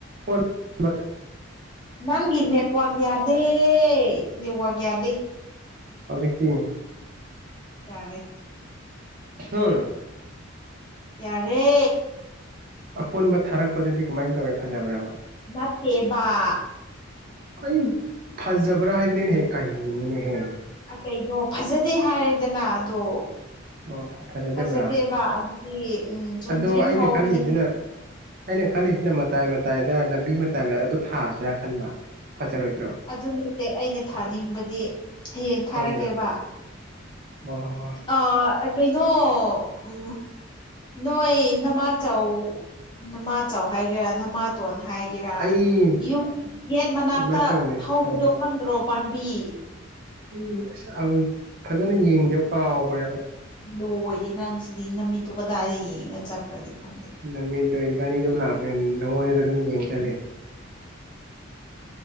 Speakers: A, on the right; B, on the left.
A: ꯃ
B: ꯅꯪꯒꯤ ꯅꯦꯠꯋꯥꯛ ꯌꯥꯗꯦ ꯅꯦꯋꯥꯛ ꯌꯥꯗꯦ
A: ꯍꯧꯖꯤꯀꯤ
B: ꯌꯥꯔꯦ
A: ꯎꯝ
B: ꯌꯥꯔꯦ
A: ꯑꯀꯣꯟꯕ ꯊꯥꯔꯛꯄꯗꯨꯗꯤ ꯀꯃꯥꯏꯅ ꯇꯧꯋꯦ ꯐꯖꯕ꯭ꯔꯕ
B: ꯅꯠꯇꯦꯕꯕꯥ
A: ꯑꯩ ꯐꯥꯖꯕ꯭ꯔꯥ ꯍꯥꯏꯕꯅꯦꯅꯍꯦ ꯀꯥꯅꯅꯦꯍꯦ
B: ꯀꯩꯅꯣ ꯐꯖꯗꯦ ꯍꯥꯏꯔꯦꯗꯅ ꯑꯗꯣ
A: ꯑꯣ ꯐꯖꯗꯕ꯭ꯔꯥ
B: ꯐꯖꯗꯦꯕ ꯑꯗꯨꯗꯤ ꯎꯝ ꯆꯨꯝꯗ꯭ꯔꯤꯡ
A: ꯑꯗꯣ ꯑꯩꯅ
B: ꯍꯥꯎꯕꯅꯤ
A: ꯈꯜꯂꯤꯁꯤꯅ ꯑꯩꯅ ꯈꯜꯂꯤꯁꯤꯅ ꯃꯇꯥꯏ ꯃꯇꯥꯏꯗ ꯂꯝꯕꯤ ꯃꯇꯥꯏ ꯑꯗꯨ ꯊꯥꯁꯤꯔꯥ ꯈꯟꯕ ꯐꯖꯔꯣꯏꯗ꯭ꯔꯣ
B: ꯑꯗꯨ ꯅꯠꯇꯦ ꯑꯩꯅ ꯊꯥꯅꯤꯡꯕꯗꯤ ꯍꯌꯦꯡ ꯊꯥꯔꯒꯦꯕ
A: ꯀꯔꯝꯕꯅꯣ ꯍꯣꯏ ꯍꯣꯏ ꯍꯣꯏ
B: ꯑ ꯀꯩꯅꯣ ꯎ ꯅꯣꯏ ꯅꯃꯥ ꯆꯥꯎꯧ ꯅꯃꯥ ꯆꯥꯎ ꯍꯥꯏꯒꯦꯔꯥ ꯅꯃꯥ ꯇꯣꯟ ꯍꯥꯏꯒꯦꯔ
A: ꯑꯩ
B: ꯌꯨꯝ ꯒꯦꯠ ꯃꯅꯥꯛꯇ
A: ꯏꯃꯥꯆꯧꯅꯦ
B: ꯊꯧꯕꯗꯣ
A: ꯈꯪꯕꯅꯦ
B: ꯈꯪꯗ꯭ꯔꯣ ꯄꯕꯤ
A: ꯑꯩ ꯑꯁ ꯐꯖꯅ ꯌꯦꯡꯗꯦꯕ ꯀꯥꯎꯈ꯭ꯔꯦꯕ
B: ꯂꯣꯏꯔꯦ ꯅꯪ ꯁꯤꯗꯤ ꯅꯨꯃꯤꯠꯇꯨ ꯀꯗꯥꯏꯗ ꯌꯦꯡꯉꯒ ꯆꯠꯄ꯭ꯔꯗꯤ ꯈꯪꯉꯦ
A: ꯅꯨꯃꯤꯠꯇꯣ ꯏꯕꯥꯅꯤꯗ ꯑꯗꯨꯝ ꯂꯥꯛꯄꯅꯦ ꯅꯪꯉꯣꯟꯗꯗ ꯑꯗꯨꯝ ꯌꯦꯡꯁꯜꯂ